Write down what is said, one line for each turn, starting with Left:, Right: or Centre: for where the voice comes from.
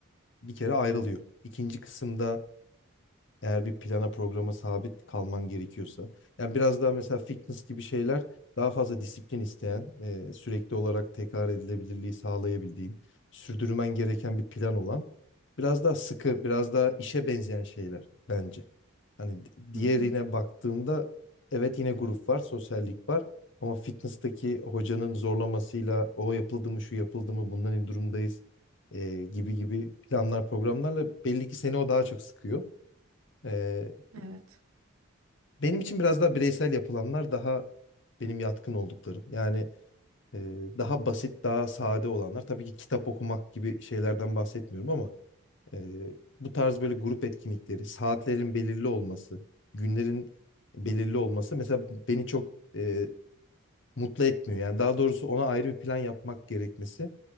Left: bir kere ayrılıyor. İkinci kısımda eğer bir plana programa sabit kalman gerekiyorsa. Yani biraz daha mesela fitness gibi şeyler daha fazla disiplin isteyen, e, sürekli olarak tekrar edilebilirliği sağlayabildiğin, sürdürmen gereken bir plan olan, biraz daha sıkı, biraz daha işe benzeyen şeyler bence. Hani diğerine
Right: Hı hı.
Left: baktığımda evet yine grup var, sosyallik var. Ama fitness'taki hocanın zorlamasıyla o yapıldı mı, şu yapıldı mı, bundan ne durumdayız e, gibi gibi planlar, programlarla belli ki seni o daha çok sıkıyor. E,
Right: Evet.
Left: benim için biraz daha bireysel yapılanlar daha benim yatkın olduklarım. Yani e, daha basit, daha sade olanlar. Tabii ki kitap okumak gibi şeylerden bahsetmiyorum ama ee, bu tarz böyle grup etkinlikleri, saatlerin belirli olması, günlerin belirli olması mesela beni çok e, mutlu etmiyor. Yani daha doğrusu ona ayrı bir plan yapmak gerekmesi